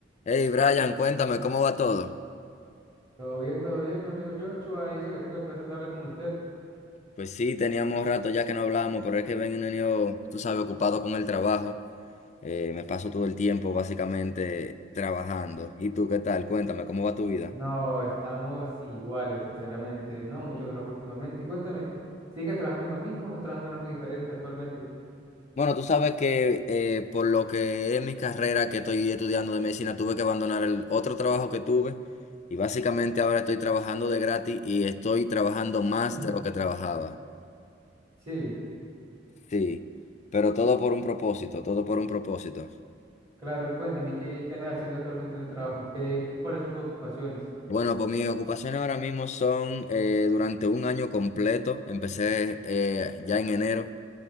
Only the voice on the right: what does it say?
Todo bien, todo bien, mi amigo Joshua, y eso que tengo el placer de hablar con usted.
No, estamos iguales, sinceramente. No mucho trabajo últimamente. Y cuéntame, ¿sigues trabajando en lo mismo o estás trabajando en algo diferente actualmente?
<laughs>
Sí,
claro, y cuéntame, ¿qué, qué andas haciendo actualmente en el trabajo? ¿Qué, qué- cuáles son sus ocupaciones?